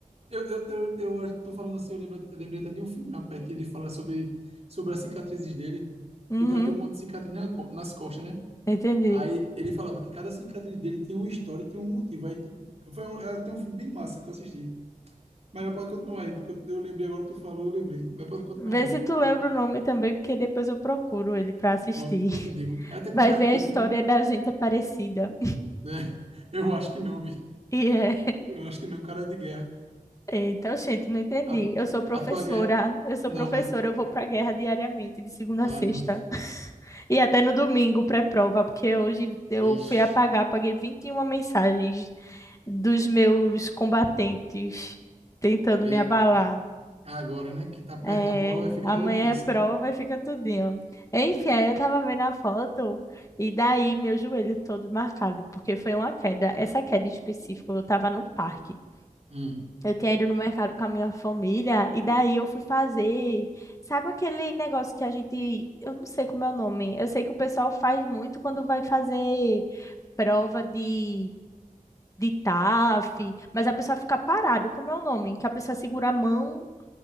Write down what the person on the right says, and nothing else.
Eu, eu, eu, eu acho que tu falando assim, eu lembrei, lembrei até de um filme, rapaz, que ele fala sobre, sobre as cicatrizes dele,
que o cara tem um monte de cicatriz na co- nas costas, né?
Aí ele falava que cada cicatriz dele tinha uma história e tinha um motivo. Aí, tipo, foi um, era até um filme bem massa que eu assisti. Mas pode continuar aí, porque eu, eu lembrei agora, tu falou, eu lembrei. Mas pode continuar
aí.
Pronto, depois
eu te digo. É até com
o Brad
Pitt,
vi?
Né? <laughs> Eu acho que não, vi.
Eu acho que não, é um cara de guerra.
A,
a tua guerra.
Não,
mas.
Ah,
não.
Vixe.
E
agora, né? Que tá perto
da prova e fica
tudo tenso,
né?
Hum.